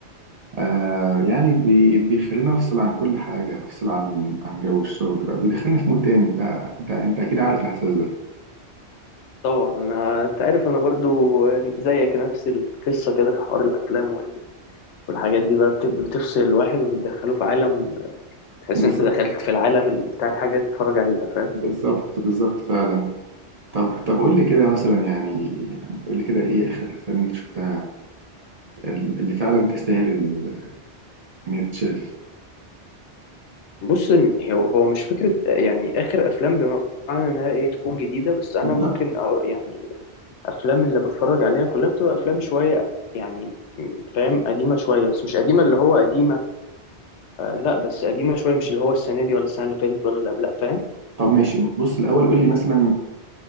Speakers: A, on the right; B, on the left.
A: آه يعني بي بيخليني افصل عن كل حاجه افصل عن عن جو الشغل بقى بيدخلني في مود تاني انت انت انت اكيد عارف الاحساس ده
B: طبعا انا انت عارف انا برضو زيك نفس القصه كده في حوار الافلام وال- والحاجات دي بقى بت- بتفصل الواحد وبتدخله في عالم تحس
A: بالظبط
B: انت دخلت في العالم ال- بتاع الحاجه اللي بتتفرج عليها فاهم
A: بالظبط بالظبط فعلا طب طب قول لي كده مثلا يعني يعني قول لي كده ايه اخر الافلام انت شفتها اللي فعلا تستاهل ال- ان هي تتشاف
B: بص م- هو هو مش فكره يعني اخر افلام بمعنى انها ايه تكون جديده بس انا
A: لا
B: ممكن أقول يعني افلام اللي بتفرج عليها كلها بتبقى افلام شويه يعني فاهم قديمه شويه بس مش قديمه اللي هو قديمه لا بس قديمة شوية مش اللي هو السنة دي ولا السنة اللي فاتت ولا اللي قبلها فاهم
A: طب ماشي بص الاول قول لي مثلا